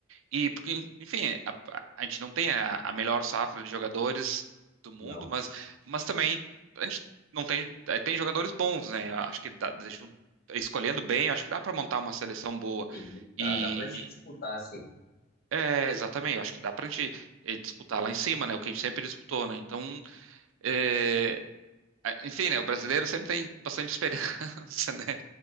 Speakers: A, on the right; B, on the left.
A: E porque, enfim, a, a gente não tem a, a melhor safra de jogadores do mundo,
B: Não.
A: mas, mas também a gente não tem, eh, tem jogadores bons, né? Eu Acho que dá- jun- escolhendo bem, eu acho que dá para montar uma seleção boa.
B: Sim, dá,
A: E
B: dá pra gente disputar, assim.
A: é, exatamente, eu acho que dá para a gente eh, disputar lá em cima, né? O que a gente sempre disputou, né? Então, eh, a- enfim, né? O brasileiro sempre tem bastante <laughs> esperança, né?